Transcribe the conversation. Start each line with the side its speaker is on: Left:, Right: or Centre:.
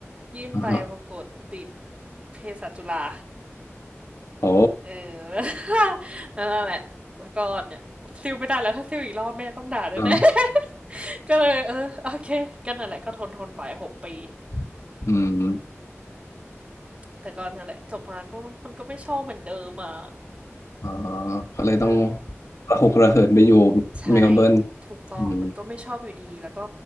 Right: ยื่นไปปรากฏติด
Left: อ่าฮะ
Right: เภสัชจุฬา
Left: โอ้
Right: เออ <laughs> แล้วแล้วนั่นแหละแล้วก็เนี่ยซิลไม่ได้แล้วถ้าซิลอีกรอบแม่ต้องด่าแน่
Left: อ่า
Right: ๆ <laughs> ก็เลยเออโอเคก็นั่นแหละก็ทนทนไปหกปี
Left: <laughs> อืม
Right: แต่ก็นั่นแหละจบมาก็มันก็ไม่ชอบเหมือนเดิมอ่ะ
Left: อ่าก็เลยต้อง
Right: เออ
Left: ระหกระเหินไปอยู่
Right: ใช่
Left: เมลเบิร์น
Right: ถูกต้องมันก็ไม่ชอบอยู่ดีแล้วก็
Left: อืม